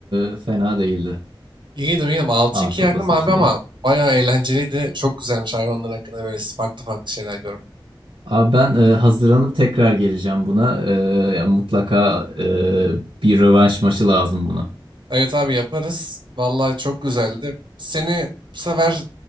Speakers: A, on the right; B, on the right.
A: ee, fena değildi.
B: İyiydim, iyiydim. 6-2
A: Ahtapot
B: yendim
A: seçeneği.
B: abi ama bayağı eğlenceliydi. Çok güzelmiş hayvanlar hakkında böyle farklı farklı şeyler görmek.
A: Abi ben e, hazırlanıp tekrar geleceğim buna. E, ya mutlaka e, bir rövanş maçı lazım buna.
B: Evet abi yaparız. Vallahi çok güzeldi. Seni bu sefer